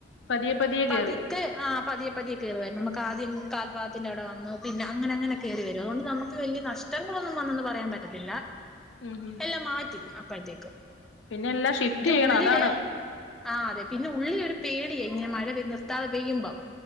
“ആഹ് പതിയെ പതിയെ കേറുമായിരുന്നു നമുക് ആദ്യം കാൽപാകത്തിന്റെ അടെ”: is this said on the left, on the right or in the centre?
Centre